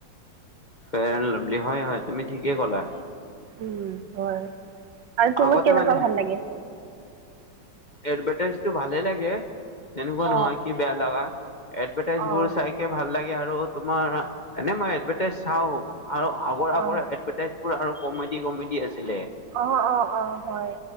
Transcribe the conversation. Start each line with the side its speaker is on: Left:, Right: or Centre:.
Left: ফেয়াৰ এণ্ড লাভলী হয় হয় তুমি ঠিকেই ক'লা।
Right: উম হয়, আৰু তোমাক
Left: আগতে
Right: কেনেকুৱা
Left: মানে
Right: ভাল লাগে?
Left: এডভাটাইজটো ভালে লাগে, তেনেকুৱা নহয়
Right: অঁ
Left: কি বেয়া লগা, এডভাটাইজ
Right: অঁ
Left: বোৰ চাই কে ভাল লাগে আৰু তোমাৰ এনে মই এডভাটাইজ চাও, আৰু আগৰ আগৰে
Right: অঁ
Left: এডভা- টাইজবোৰ আৰু কমেডি কমেডি আছিলে।
Right: অ', অ', অ', হয়।